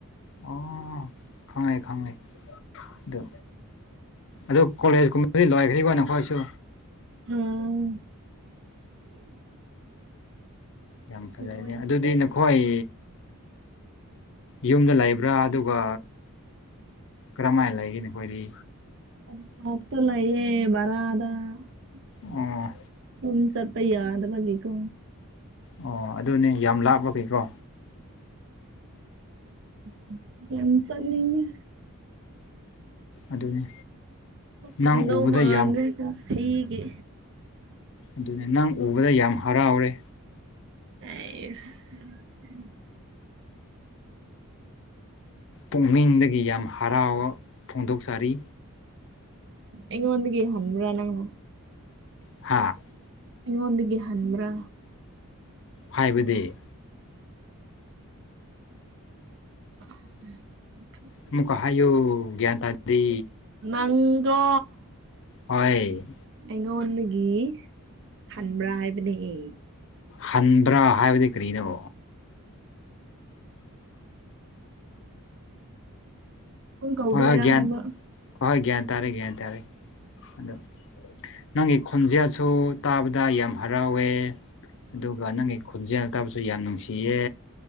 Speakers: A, on the left; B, on the right.
A: ꯑꯣ ꯈꯪꯉꯦ ꯈꯪꯉꯦ ꯑꯗꯨ ꯑꯗꯨ ꯀꯣꯂꯦꯖꯀꯨꯝꯕꯗꯤ ꯂꯣꯏꯈ꯭ꯔꯤꯕꯣ ꯅꯈꯣꯏꯁꯨ
B: ꯎꯝ
A: ꯌꯥꯝ ꯐꯖꯩꯅꯦ
B: ꯂꯣꯏꯈ꯭ꯔꯦ
A: ꯑꯗꯨꯗꯤ ꯅꯈꯣꯏ ꯌꯨꯝꯗ ꯂꯩꯕ꯭ꯔꯥ ꯑꯗꯨꯒ ꯀꯔꯝꯥꯏꯅ ꯂꯩꯒꯅꯤ ꯈꯣꯏꯗꯤ
B: <unintelligible>
A: ꯑꯣ
B: <unintelligible> ꯌꯥꯗꯕꯂꯤꯀꯣ
A: ꯑꯣ ꯑꯗꯨꯅꯦ ꯌꯥꯝ ꯂꯥꯞꯄꯒꯩꯀꯣ
B: <unintelligible> ꯆꯠꯅꯤꯡ ꯉꯦ
A: ꯑꯗꯨꯅꯤ
B: ꯐꯪꯗꯧ
A: ꯅꯪ ꯎꯕꯗ
B: ꯃꯥꯟꯗ꯭ꯔꯦ
A: ꯌꯥꯝ
B: ꯉꯁꯤꯒꯤ
A: ꯑꯗꯨꯅꯤ ꯅꯪ ꯎꯕꯗ ꯌꯥꯝ ꯍꯔꯥꯎꯔꯦ
B: <unintelligible>
A: ꯄꯨꯛꯅꯤꯡꯗꯒꯤ ꯌꯥꯝ ꯍꯔꯥꯎꯕ ꯐꯣꯡꯗꯣꯛꯆꯔꯤ
B: ꯏꯉꯣꯟꯗꯒꯤ ꯍꯟꯕꯔ꯭ ꯅꯪ
A: ꯍꯥꯥ
B: ꯑꯩꯉꯣꯟꯗꯒꯤ ꯍꯟꯕ꯭ꯔꯥ
A: ꯍꯥꯏꯕꯗꯤ
B: <inaudible>
A: ꯑꯃꯨꯛꯀ ꯍꯥꯏꯌꯨ ꯒ꯭ꯌꯥꯟ ꯇꯥꯗꯤ
B: ꯅꯪꯗꯣ
A: ꯍꯣꯏ
B: ꯑꯩꯉꯣꯟꯗꯒꯤ ꯍꯟꯕ꯭ꯔꯥ ꯍꯥꯏꯕꯅꯦꯑꯦ
A: ꯍꯟꯕ꯭ꯔꯥ ꯍꯥꯏꯕꯗꯤ ꯀꯔꯤꯅꯣ
B: ꯄꯨꯡ ꯀꯧꯗꯣꯏꯔꯥ
A: ꯍꯣꯏ ꯍꯣꯏ ꯒ꯭ꯌꯥꯟ
B: ꯍꯥꯏꯕ
A: ꯍꯣꯍꯣꯏ ꯒ꯭ꯌꯥꯟ ꯇꯥꯔꯦ ꯒ꯭ꯌꯥꯟ ꯇꯥꯔꯦ ꯑꯗꯣ ꯅꯪꯒꯤ ꯈꯣꯟꯖꯦꯜꯁꯨ ꯇꯥꯕꯗ ꯌꯥꯝ ꯍꯔꯥꯎꯋꯦ ꯑꯗꯨꯒ ꯅꯪꯒꯤ ꯈꯣꯟꯖꯦꯜ ꯇꯥꯕꯁꯨ ꯌꯥꯝ ꯅꯨꯡꯁꯤꯌꯦ